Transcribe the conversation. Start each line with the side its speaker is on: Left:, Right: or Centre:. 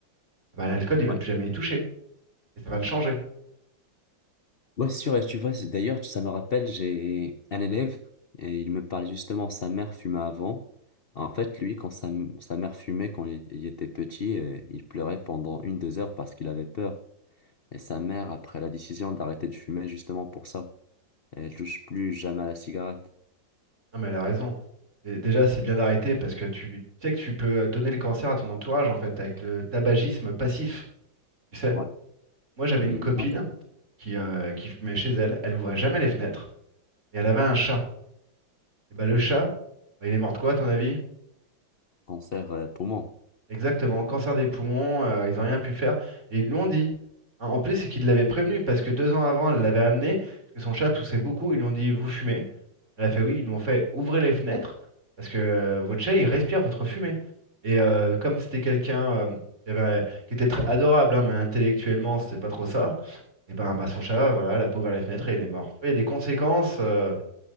Right: Bah, l'alcool, il
Left: ouais.
Right: va plus jamais y toucher. Et ça va le changer.
Left: Ouais, c'est sûr, et tu vois, c'est- d'ailleurs, tu- ça me rappelle, j'ai un élève, et il me parlait justement, sa mère fumait avant. En fait, lui, quand sa, sa mère fumait, quand il, il était petit, euh, il pleurait pendant une, deux heures parce qu'il avait peur. Et sa mère a pris la décision d'arrêter de fumer justement pour ça. Elle touche plus jamais à la cigarette.
Right: Non, mais elle a raison. Et déjà, c'est bien d'arrêter parce que tu, tu sais que tu peux donner le cancer à ton entourage, en fait, avec le tabagisme passif, tu sais.
Left: Ouais.
Right: Moi, j'avais une
Left: Mm,
Right: copine
Left: Non, c'est
Right: qui, euh, qui fumait chez elle, elle ouvrait jamais les fenêtres, et elle avait un chat. Et bah, le chat, bah, il est mort de quoi, à ton avis?
Left: un cancer euh, poumon.
Right: Exactement, cancer des poumons, euh, ils n'ont rien pu faire. Et ils l'ont dit. Hein, en plus, c'est qu'ils l'avaient prévenu parce que deux ans avant, elle l'avait amené, parce que son chat toussait beaucoup, ils lui ont dit, vous fumez. Elle a fait oui, ils nous ont fait ouvrez les fenêtres parce que euh, votre chat il respire votre fumée. Et euh, comme c'était quelqu'un euh, qui avait- qui était très adorable, hein, mais intellectuellement c'était pas trop ça, et ben bah, son chat, voilà, elle a pas ouvert les fenêtres et il est mort. Tu vois, il y a des conséquences euh,